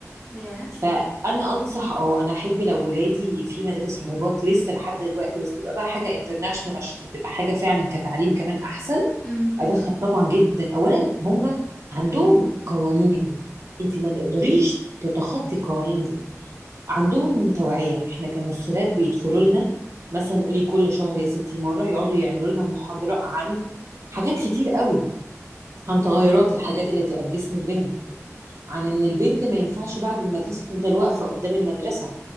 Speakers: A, on the left; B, on the right.
A: ياه
B: فانا انصح اه انا احب لو ولادي في مدارس راهبات لسه لحد دلوقتي بس تبقى بقى حاجه انترناشونال عشان تبقى حاجه فعلا كتعليم كمان احسن
A: امم
B: ادخل طبعا جدا اولا هم عندهم قوانين انت ما تقدريش تتخطي القوانين دي عندهم توعيه احنا كان السادات بيدخلوا لنا مثلا قولي كل شهر يا ستي مره يقعدوا يعملوا لنا محاضره عن حاجات كتير قوي عن تغيرات
A: ايه
B: الحاجات اللي بتبقى في جسم البنت عن ان البنت ما ينفعش بعد المدرسه تفضل واقفه قدام المدرسه